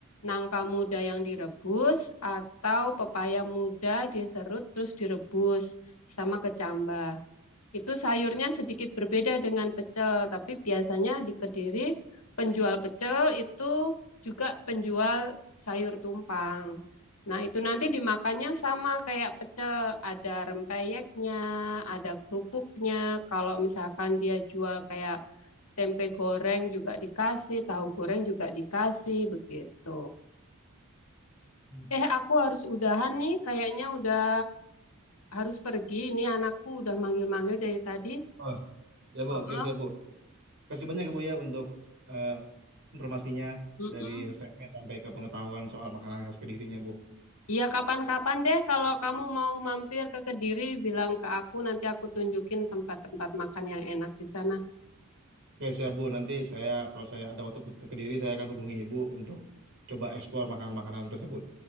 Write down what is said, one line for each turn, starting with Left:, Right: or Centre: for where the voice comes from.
Left: nangka muda yang direbus atau pepaya muda diserut terus direbus sama kecambah. Itu sayurnya sedikit berbeda dengan pecel, tapi biasanya di Kediri penjual pecel itu juga penjual sayur tumpang. Nah, itu nanti dimakannya sama kayak pecel, ada rempeyeknya, ada kerupuknya. Kalau misalkan dia jual kayak tempe goreng juga dikasih, tahu goreng juga dikasih, begitu.
Right: Hmm.
Left: Eh, aku harus udahan nih, kayaknya udah harus pergi. Ini anakku udah manggil-manggil dari tadi.
Right: Oh, ya Bu,
Left: Heeh.
Right: oke siap Bu. Kasih banyak ya, Bu ya untuk eh, informasinya
Left: Mm-mm.
Right: dari resepnya sampai ke pengetahuan soal makanan khas Kedirinya, Bu.
Left: Iya, kapan-kapan deh kalau kamu mau mampir ke Kediri, bilang ke aku, nanti aku tunjukin tempat-tempat makan yang enak di sana.
Right: Oke, siap, Bu. Nanti saya kalau saya ada waktu ke, ke Kediri, saya akan hubungi Ibu untuk coba eksplor makanan-makanan tersebut.